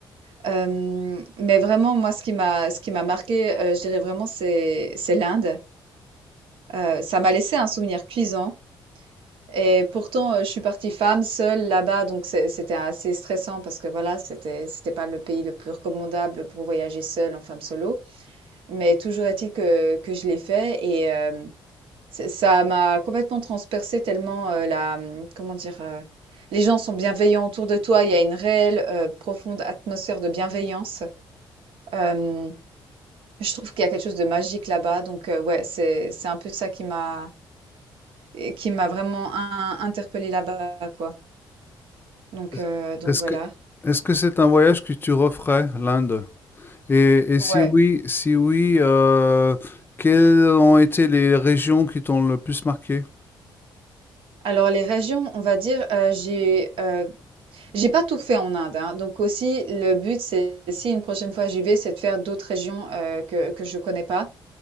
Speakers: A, on the right; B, on the left.
A: Hem, mais vraiment moi ce qui m'a ce qui m'a marqué, heu, je dirais vraiment c'est c'est l'Inde. Heu, ça m'a laissé un souvenir cuisant et pourtant, heu, je suis partie femme seule là-bas donc c'est c'était assez stressant parce que voilà, c'était c'était pas le pays le plus recommandable pour voyager seule en femme solo. Mais toujours est-il que que je l'ai fait et hem C'est- Ça m'a complètement transpercée tellement euh, la, hum, comment dire, euh, les gens sont bienveillants autour de toi. Il y a une réelle, euh, profonde atmosphère de bienveillance. Euh, je trouve qu'il y a quelque chose de magique là-bas. Donc euh, ouais, c'est c'est un peu ça qui m'a et qui m'a vraiment in- interpellée là-bas, quoi. Donc
B: Est-ce
A: euh, donc
B: est-ce
A: voilà.
B: que est-ce que c'est un voyage que tu referais, l'Inde? Et, et
A: Ouais.
B: si oui, si oui, euh, quelles ont été les régions qui t'ont le plus marqué?
A: Alors les régions, on va dire, euh, j'ai euh, j'ai pas tout fait en Inde, hein. Donc aussi le but, c'est si une prochaine fois j'y vais, c'est de faire d'autres régions euh, que que je connais pas.